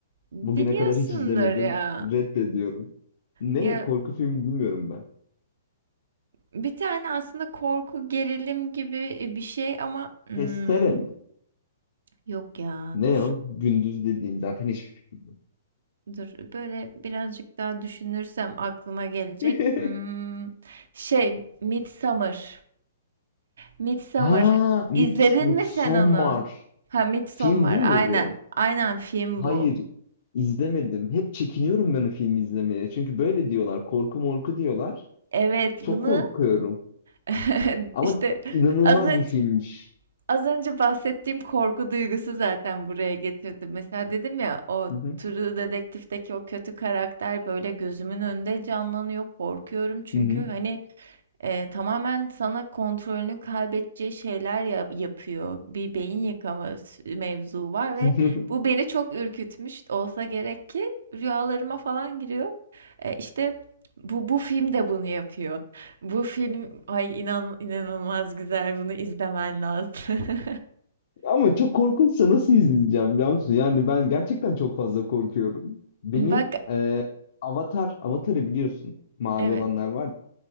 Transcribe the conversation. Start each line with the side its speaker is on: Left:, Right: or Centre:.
Right: biliyorsundur
Left: Bugüne kadar hiç izlemedim.
Right: ya.
Left: Reddediyorum. Ne?
Right: Ya
Left: Korku filmi bilmiyorum ben.
Right: bir tane aslında korku gerilim gibi e, bir şey ama hmm,
Left: Testere mi?
Right: yok ya
Left: Ne
Right: dur.
Left: o? Gündüz dediğin zaten hiçbir fikrim yok.
Right: Dur böyle birazcık daha düşünürsem aklıma gelecek.
Left: <laughs>
Right: Hmm, şey Midsummer. Midsummer.
Left: Ha, Mids
Right: İzledin
Left: Midsommar.
Right: mi sen onu? Ha Midsommar
Left: Film değil
Right: aynen.
Left: mi bu?
Right: Aynen film
Left: Hayır,
Right: bu.
Left: izlemedim. Hep çekiniyorum ben o filmi izlemeye. Çünkü böyle diyorlar, korku morku diyorlar.
Right: Evet
Left: Çok
Right: bunu
Left: korkuyorum.
Right: <laughs>
Left: Ama
Right: işte
Left: inanılmaz
Right: az önce
Left: bir filmmiş.
Right: Az önce bahsettiğim korku duygusu zaten buraya getirdim. Mesela dedim ya o
Left: Hı hı.
Right: True Detective'deki o kötü karakter böyle gözümün önünde canlanıyor. Korkuyorum çünkü
Left: Hı hı.
Right: hani e, tamamen sana kontrolünü kaybedeceği şeyler yap- yapıyor. Bir beyin yıkama s- mevzu var
Left: <laughs>
Right: ve bu beni çok ürkütmüş olsa gerek ki rüyalarıma falan giriyor. E, işte bu, bu film de bunu yapıyor. Bu film ay inan inanılmaz güzel. Bunu izlemen lazım. <laughs>
Left: Ama çok korkunçsa nasıl izleyeceğim biliyor musun? Yani ben gerçekten çok fazla korkuyorum. Benim
Right: Bak
Left: e, Avatar, Avatar'ı biliyorsun. Mavi
Right: evet.
Left: olanlar var ya.